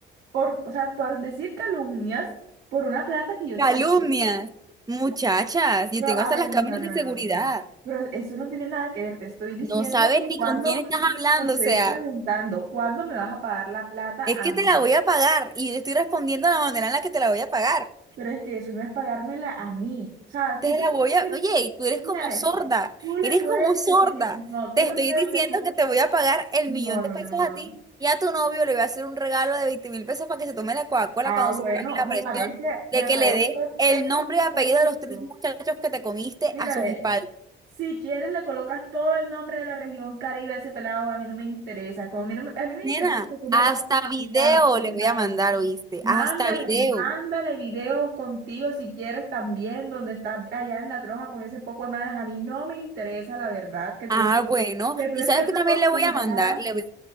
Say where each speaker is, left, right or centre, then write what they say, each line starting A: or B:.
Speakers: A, on the right (about 80°); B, on the right (about 20°).
A: por, o sea, por decir calumnias por una plata que yo
B: Calumnias.
A: te presté.
B: Muchachas, yo
A: Pero,
B: tengo
A: a
B: hasta
A: ver,
B: las cámaras
A: no, no, no,
B: de seguridad.
A: no, no, no. Pero eso no tiene nada que ver. Te estoy diciendo
B: No sabes ni
A: cuando
B: con quién estás hablando,
A: te estoy
B: o sea.
A: preguntando, ¿cuándo me vas a pagar la plata
B: Es
A: a
B: que
A: mí?
B: te la voy a pagar y yo estoy respondiendo de la manera en la que te la voy a pagar.
A: Pero es que eso no es pagármela a mí. O sea,
B: Te
A: si tú
B: la
A: quieres
B: voy
A: decir,
B: a... Oye, y tú eres
A: mira,
B: como
A: ve,
B: sorda,
A: tú le
B: eres
A: puedes
B: como sorda.
A: decir, no, tú
B: Te
A: le
B: estoy
A: puedes
B: diciendo
A: decir,
B: que te voy a pagar el
A: no,
B: millón de
A: no,
B: pesos
A: no, no.
B: a ti
A: no.
B: y a tu novio le voy a hacer un regalo de 20 mil pesos para que se tome la Coca-Cola
A: Ah,
B: cuando
A: bueno,
B: se pague la
A: me
B: presión
A: parece, me
B: de que
A: parece
B: le dé el
A: perfecto.
B: nombre y apellido de los tres muchachos que te comiste
A: Mira,
B: a sus
A: ve,
B: espaldas.
A: si quieres le colocas todo el nombre de la región Caribe a ese pelado, a mí no me interesa. Como a mí, no me- a mí me
B: Nena,
A: interesa que tú me
B: hasta
A: pagues
B: video
A: la plata.
B: le voy a mandar, ¿oíste?
A: Mándale,
B: Hasta video.
A: mándale videos contigo si quieres también, donde estás allá en la troja con ese poco de manas. A mí no me interesa, la verdad, que tú,
B: Ah, bueno.
A: que tú
B: ¿Y
A: estés
B: sabes qué
A: acostumbrada.
B: también le voy a mandar? Le voy